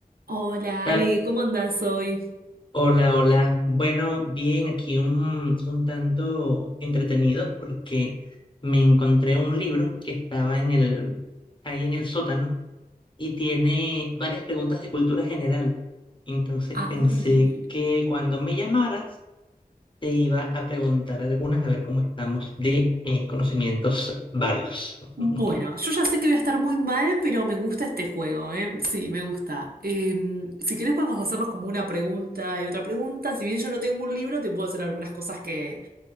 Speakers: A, on the right; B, on the left.
A: Hola
B: Kat,
A: Ale, ¿cómo andás hoy?
B: hola, hola. Bueno, bien, aquí un, un tanto entretenido porque me encontré un libro que estaba en el, ahí en el sótano y tiene varias preguntas de cultura general. Entonces
A: Ay.
B: pensé que cuando me llamaras te iba a preguntar algunas a ver cómo estamos de eh, conocimientos varios. <laughs>
A: Bueno, yo ya sé que voy a estar muy mal, pero me gusta este juego, ¿eh? Sí, me gusta. Eh, si querés podemos hacernos como una pregunta y otra pregunta. Si bien yo no tengo un libro, te puedo hacer algunas cosas que,